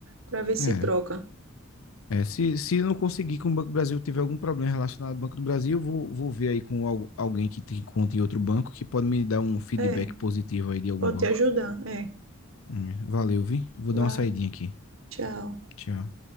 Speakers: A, on the right; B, on the left.
A: para ver se
B: É,
A: troca.
B: é se, se não conseguir com o Banco do Brasil tiver algum problema relacionado ao Banco do Brasil, eu vou, vou ver aí com al- alguém que tem conta em outro banco que pode me dar um feedback
A: É,
B: positivo aí de algum
A: pode
B: banco.
A: te ajudar. É,
B: É, valeu, vi? Vou
A: vai,
B: dar uma saidinha aqui.
A: tchau.
B: Tchau.